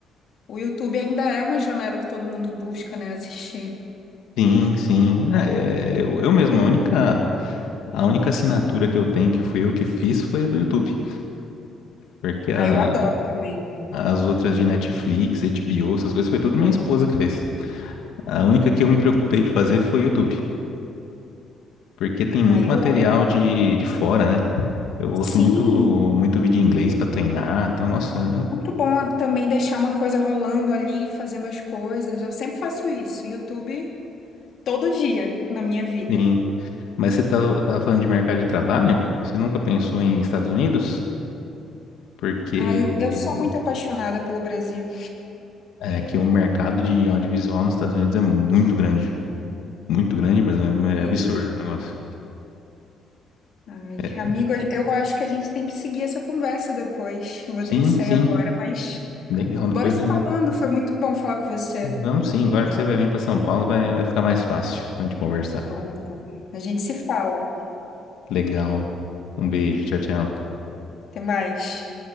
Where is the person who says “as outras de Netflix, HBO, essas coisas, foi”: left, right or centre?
Left